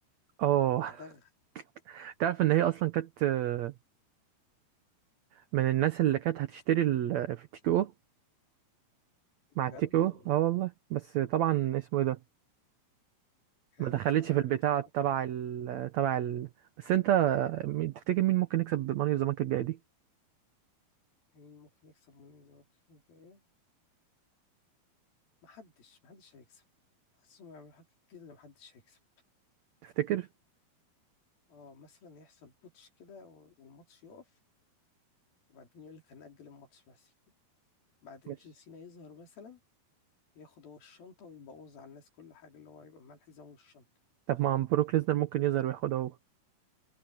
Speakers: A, on the right; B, on the left.
A: اه
B: دغدغها
A: <laughs> تعرف ان هي اصلا كانت آه، من الناس اللي كانت هتشتري ال- في التيكي او مع
B: بجد
A: التيكو
B: والله
A: اه والله بس طبعا اسمه ايه ده
B: يا
A: ما
B: ريتها
A: دخلتش في
B: يا
A: البتاع
B: ريتها وكانت
A: تبع
B: ريحتنا
A: ال تبع ال بس انت مين- تفتكر مين ممكن يكسب ماني اوف ذا بانك الجايه دي
B: مين ممكن يكسب من دلوقتي محدش محدش هيكسب حاسس انه يعملوا حاجة كده اللي محدش هيكسب
A: تفتكر
B: اه مثلا يحصل بوتش كده و- والماتش يقف وبعدين يقول لك هنأجل الماتش مثلا بعدين
A: مش
B: جون سينا يظهر مثلا ياخد هو الشنطة ويبوظ على الناس كل حاجة اللي هو يبقى معاه الحزام والشنطة
A: طب ما عم بروك ليزنر ممكن يظهر وياخدها هو